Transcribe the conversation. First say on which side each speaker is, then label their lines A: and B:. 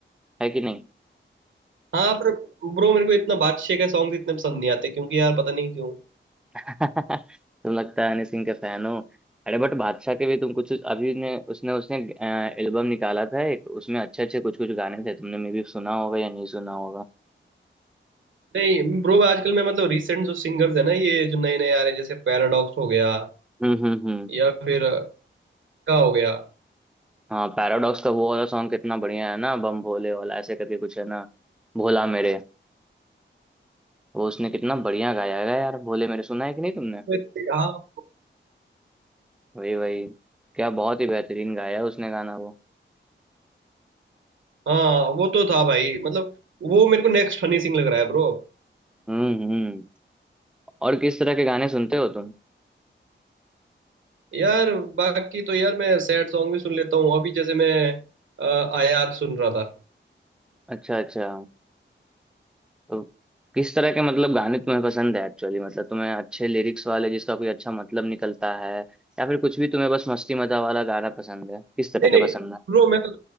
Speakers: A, in the centre; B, on the right.
A: है कि नहीं
B: हाँ पर ब्रो मेरे को इतना बादशाह के सॉन्ग इतने पसंद नहीं आते क्योंकि यार पता नहीं क्यों
A: <laughs> तुम लगता है हनी सिंह के फैन हो अरे बट बादशाह के भी तुम कुछ कुछ- अभी ने उसने उसने एल्बम निकाला था एक उसमें अच्छे अच्छे कुछ कुछ गाने थे तुमने मे भी सुना होगा या नहीं सुना होगा
B: नहीं ब्रो आजकल मैं मतलब रिसेंट जो सिंगर्स है ना ये जो नए नए आ रहे हैं जैसे पैराडॉक्स हो गया
A: हम्म हम्म हम्म
B: या फिर का हो गया
A: हाँ पैराडॉक्स का वो वाला सॉन्ग कितना बढ़िया है ना बम भोले वाला ऐसे करके कुछ है ना भोला मेरे वो उसने कितना बढ़िया गाया है यार भोले मेरे सुना है कि नहीं तुमने
B: वैसे हाँ
A: वही वही क्या बहुत ही बेहतरीन गाया है उसने गाना वो
B: हाँ वो तो था भाई मतलब वो मेरे को नेक्स्ट हनी सिंह लग रहा है ब्रो
A: हम्म हम्म और किस तरह के गाने सुनते हो तुम
B: यार बाकी तो यार मैं सैड सॉन्ग भी सुन लेता हूँ अभी जैसे मैं अ, आयात सुन रहा था
A: अच्छा अच्छा तो किस तरह के मतलब गाने तुम्हें पसंद है एक्चुअली मतलब तुम्हें अच्छे लिरिक्स वाले जिसका कोई अच्छा मतलब निकलता है या फिर कुछ भी तुम्हें बस मस्ती मजा वाला गाना पसंद है किस तरह
B: नहीं
A: के
B: नहीं
A: पसंद है
B: ब्रो मैं तो